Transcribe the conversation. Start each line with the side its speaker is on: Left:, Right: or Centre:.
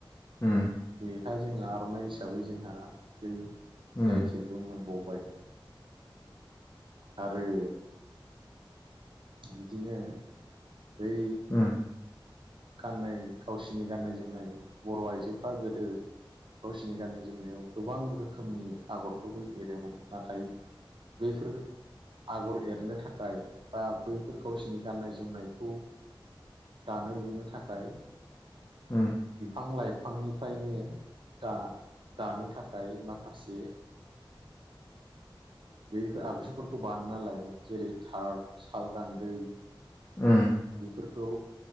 Left: उम
Right: बेहा जों आर'नाइ हिसाबै जोंहा हाखै
Left: उम
Right: जाय
Left: उम
Right: थेबो मोनबावबाय। आरो बिदिनो बै
Left: ओम।
Right: गाननाय गावसिनि गाननाय जोमनाय बर' आइजोफ्रा गोदो गावसिोरनि गाननाय जोमनायाव गोबां रोखोमनि आगरफोरबो एरोमोन नाथाय बैफोर आगर एरनो थाखाय बा बैफोर गावसिनि गाननाय जोमनायखौ दानो लुनो थाखाय।
Left: उम।
Right: बिफां लाइफांनिफ्रायनो दा दानो थाखाय माखासे बे आगजुफोरखौ बानायना लायोमोन जेरै थार साल गान्दै
Left: ओम।
Right: बेफोरखौ